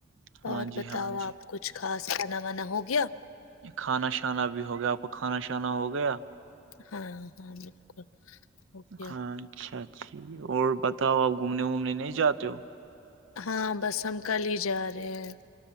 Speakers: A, on the right; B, on the left.
A: ہاں
B: اور
A: جی
B: بتاؤ
A: ہاں جی
B: آپ کچھ خاص کھانا وانا ہو گیا
A: کھانا شانا بھی ہو گیا آپ کو کھانا شانا ہو گیا
B: ہاں ہاں بالکل ہوگیا
A: ہاں اچھا اچ جی اور بتاؤ آپ گھومنے وومنے نہیں جاتے ہو
B: ہاں بس ہم کل ہی جا رہے ہیں